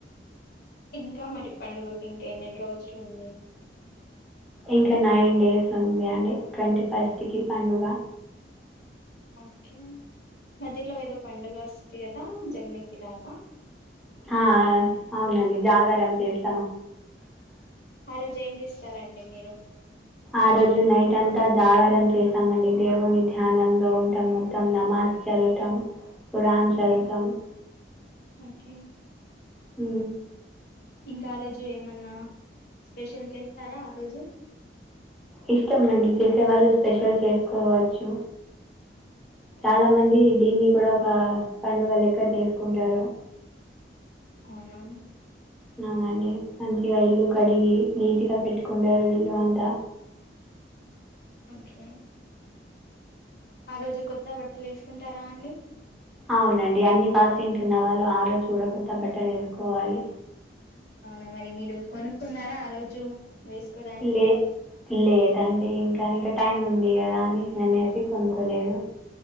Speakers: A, on the left; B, in the centre.
A: ఇంకా మరి పండుగకి ఇంకా ఎన్ని రోజులు ఉంది.
B: ఇంకా నైన్ డేస్ ఉంది అండి. ట్వంటీ ఫస్ట్కి పండుగ.
A: ఓకే మధ్యలో ఏదో పండుగ వస్ది కదా జగ్నేకి రాత్ ఆ
B: ఆ అవునండి జాగారం చేస్
A: ఆ రోజు ఏం చేస్తారండి మీరు?
B: ఆ రోజు నైట్ అంతా జాగారం చేస్తామండి. దేవుని ధ్యానంలో ఉంటాం మొత్తం నమా జ్ చదువుతాం, కురాన్
A: ఓకే
B: చదువుతాం.
A: ఓకే
B: ఊ
A: ఇంకా ఆ రోజు ఏమన్నా స్పెషల్ చేస్తారా ఆ రోజు.
B: ఇష్టం అండి చేసేవాళ్ళు స్పెషల్ చేసుకోవచ్చు చాలా
A: ఓకే
B: మంది దీన్ని కూడా ఒక పండుగ లెక్క చేసుకుంటారు
A: అవునా
B: అవునండి మంచిగా ఇల్లు కడిగి నీటిగా పెట్టుకుంటారు ఇల్లు అంతా
A: <inaudible> ఓకే ఆ రోజు కొత్త బట్టలు వేసుకుంటారా అండి
B: అవునండి అన్ని ఫాస్టింగ్స్ ఉన్నవాళ్ళు ఆ రోజు కూడా కొత్త బట్టలు వేసుకోవాలి
A: అవునా మరి మీరు కొనుక్కున్నారా ఆ రోజు వేసుకోడానికి
B: లే లేదండి ఇంకా ఇంక టైం ఉంది కదా అని అనేసి కొనుక్కోలేదు